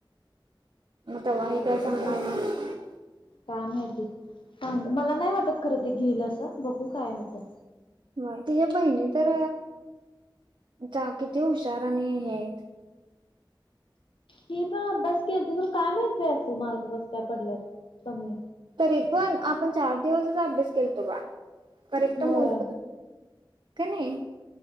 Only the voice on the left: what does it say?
काय
तर कर
काय माहिती सांग मला नाही वाटत खरं ते घेईल असं बघू काय होतय.
ती पण अभ्यास केलीती काय माहित बाय मार्क कस काय पडल्यात कमी
होय